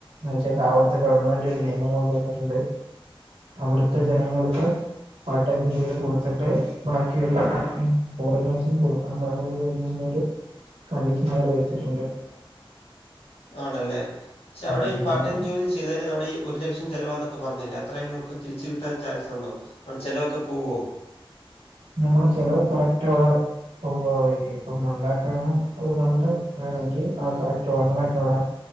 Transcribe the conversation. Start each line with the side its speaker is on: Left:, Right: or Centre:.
Right: വെച്ചാ അവിടുത്തെ ഗവൺമെന്റ് ഒരു നിയമം കൊണ്ട് വന്നിട്ടുണ്ട് അവിടുത്തെ ജനങ്ങൾക്ക് പാർട്ട് ടൈം ജോലി കൊടുത്തിട്ട് ബാക്കിയുള്ള ഫോറിനേസിന് കൊടുക്കാം പാടുള്ളൂ എന്നുള്ളൊരു കണ്ടീഷനവര് വെച്ചിട്ടുണ്ട്.
Left: ആണല്ലേ പക്ഷെ അവടേ
Right: അതുകൊണ്ട്
Left: ഈ പാർട്ട് ടൈം ജോലി ചെയ്താല് നമ്മുടെ ഈ ഒരു ലക്ഷം ചിലവാെന്നൊക്കെ പറഞ്ഞില്ലേ അത്രയും നമുക്ക് തിരിച്ച് കിട്ടാൻ ചാൻസ് ഉണ്ടോ ചിലവൊക്കെ പൂവ്വോ
Right: നമ്മള് ചെലവ് കറക്റ്റവിടെ ഇപ്പം ഈ ഇപ്പം വൺ ലാക്കാണ് ഒരു മന്ത് വേണെങ്കി ആ കറക്റ്റ് വൺ ലാക്കവ്ടെ